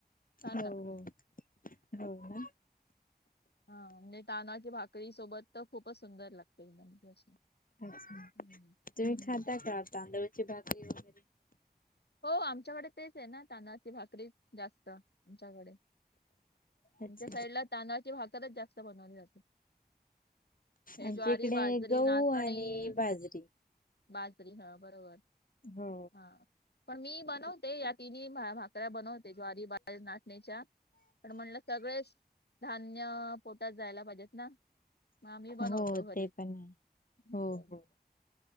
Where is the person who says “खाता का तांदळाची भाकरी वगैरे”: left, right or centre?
Left